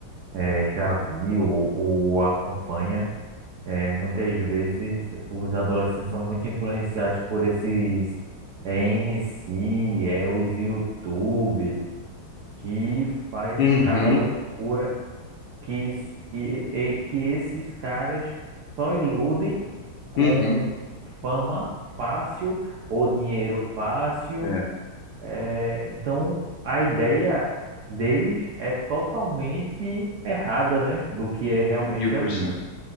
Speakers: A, on the right; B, on the left.
A: eh, já viu ou acompanha, eh, muitas vezes os adolescentes são muito influenciados por esses eh, M C é, os YouTube, que faz
B: Uhum,
A: cada loucura. que, isso, e, e- que esses caras só iludem com
B: uhum,
A: fama fácil ou dinheiro fácil.
B: é,
A: É, então, a ideia deles é totalmente errada, né, do que é realmente
B: mil por
A: a vida.
B: cento.